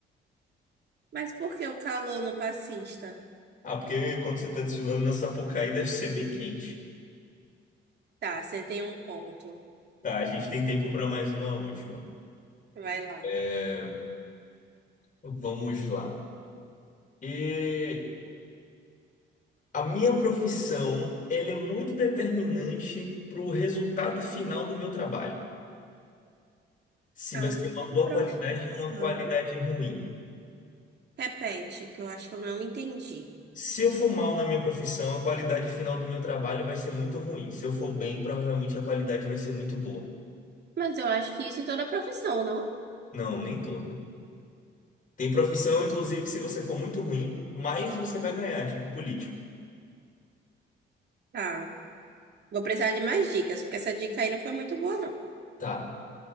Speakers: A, on the right (about 55°); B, on the left (about 40°).
A: Mas por que o calor no passista?
B: Ah, porque quando você tá desfilando na Sapucaí deve ser bem quente.
A: Tá, você tem um ponto.
B: Tá, a gente tem tempo para mais uma última.
A: Vai lá.
B: É, Vamos lá. E a minha profissão, ela é muito determinante para o resultado final do meu trabalho. Se
A: A
B: vai ser
A: minha
B: uma boa
A: profissão.
B: qualidade ou uma qualidade ruim.
A: Repete, que eu acho que eu não entendi.
B: Se eu for mal na minha profissão, a qualidade final do meu trabalho vai ser muito ruim. Se eu for bem, provavelmente a qualidade vai ser muito boa.
A: Mas eu acho que isso em toda profissão, não?
B: Não, nem toda. Tem profissão, inclusive, que se você for muito ruim, mais você vai ganhar, tipo político.
A: Tá. Vou precisar de mais dicas, porque essa dica aí não foi muito boa, não.
B: Tá.